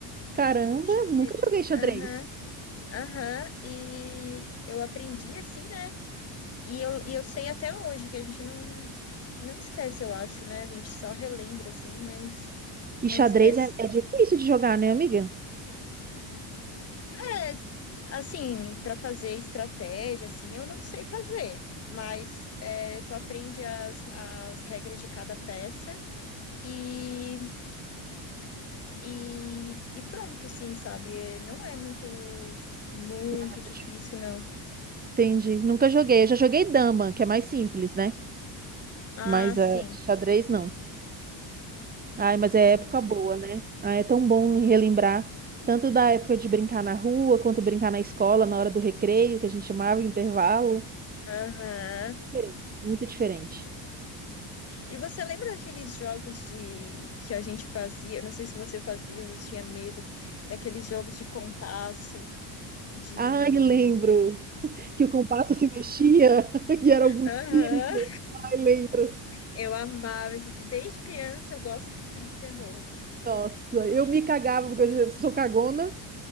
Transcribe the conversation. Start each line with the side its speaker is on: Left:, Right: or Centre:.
Right: Caramba,
Left: Xadrez.
Right: nunca joguei xadrez.
Left: Aham, aham. E eu aprendi assim, né? E eu, e eu sei até hoje que a gente não, não esquece, eu acho, né? A gente só relembra assim, mas não
Right: E xadrez
Left: esquece.
Right: é, é difícil de jogar, né, amiga?
Left: É, Assim, para fazer estratégia, assim, eu não sei fazer, mas é, tu aprende as, as regras de cada peça e, e, e pronto, assim, sabe? Não é muito, muito
Right: Não, mas é
Left: difícil,
Right: muito difícil.
Left: não.
Right: Entendi. Nunca joguei. Eu já joguei dama, que é mais simples, né?
Left: Ah,
Right: Mas
Left: sim,
Right: é, xadrez não. Ai, mas
Left: sim.
Right: é época boa, né? Ah, é tão bom relembrar tanto da época de brincar na rua, quanto brincar na escola, na hora do recreio, que a gente chamava intervalo.
Left: Aham.
Right: Diferente, Muito diferente.
Left: E você lembra daqueles jogos de que a gente fazia? Eu Não sei se você fazia, você tinha medo daqueles jogos de compasso, de
Right: Ai, lembro que o compasso se mexia <laughs> e era algum
Left: Aham.
Right: espírito. Ai, lembro.
Left: Eu amava, desde criança eu gosto de filmes de terror.
Right: Nossa,
Left: E,
Right: eu me cagava porque eu já sou cagona.